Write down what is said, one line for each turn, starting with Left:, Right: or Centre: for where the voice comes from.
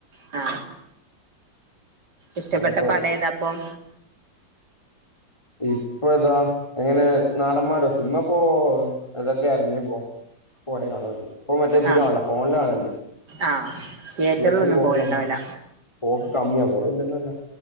Right: ആ ഇഷ്ടപ്പെട്ട
Left: ഇങ്ങത്തൊക്കെ
Right: പടം ഏതാ അപ്പം
Left: ഇപ്പൊ താ എങ്ങനെ നാടന്മാരോ സിനിമ പോ അതൊക്കെ ഇറങ്ങിപ്പോ കുറെ കാണല്ല ഇപ്പൊ മറ്റേെതിലും
Right: ആ
Left: ആണല്ലോ ഫോണില് കാണല്ല്
Right: ആ തിയേറ്ററിലൊന്നും
Left: തിയേറ്ററിൽ പോക്ക്
Right: പോവലുണ്ടാവില്ല
Left: കമ്മി പോക്ക് കമ്മിയാ പോവുല്ലന്നല്ല